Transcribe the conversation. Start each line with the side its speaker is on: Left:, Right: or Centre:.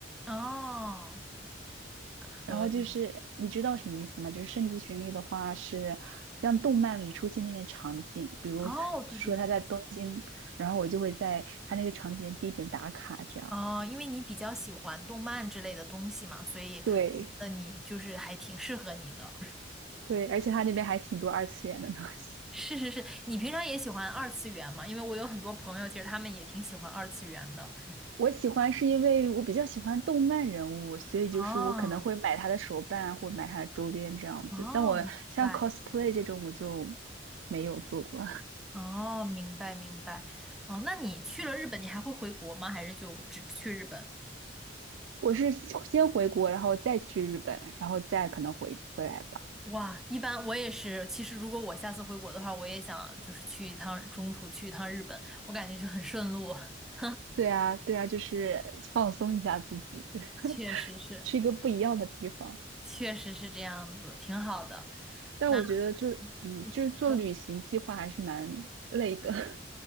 Centre: 哦，可以。
Right: 然后就是你知道什么意思吗？就是圣地巡礼的话，是像动漫里出现那些场景，比如他说他在东京，
Centre: 哦，对对，
Right: 然后我就会在他那个场景地点打卡，这样。
Centre: 哦，因为你比较喜欢动漫之类的东西嘛，所以
Right: 对
Centre: 那你就是还挺适合你的。
Right: 对，而且他那边还挺多二次元的东西。<laughs>
Centre: 是是是，你平常也喜欢二次元嘛？因为我有很多朋友，其实他们也挺喜欢二次元的。
Right: 我喜欢是因为我比较喜欢动漫人物，所以就是我可能会买他的手办或买他的周边这样子。
Centre: 哦哦，
Right: 但我像
Centre: 明白。
Right: cosplay 这种我就没有做过，
Centre: 哦，明白明白。哦，那你去了日本，你还会回国吗？还是就只去日本？
Right: <laughs> 我是先回国，然后再去日本，然后再可能回回来吧。
Centre: 哇，一般我也是。其实如果我下次回国的话，我也想就是去一趟，中途去一趟日本，我感觉就很顺路。<laughs>
Right: 对啊，对啊，就是放松一下自己，就是 <laughs>
Centre: 确实是，
Right: 去一个不一样的地方。
Centre: 确实是这样子，挺好的。
Right: 但我觉得就，
Centre: 那
Right: 嗯，
Centre: 嗯你说。
Right: 就是做旅行计划还是蛮累的。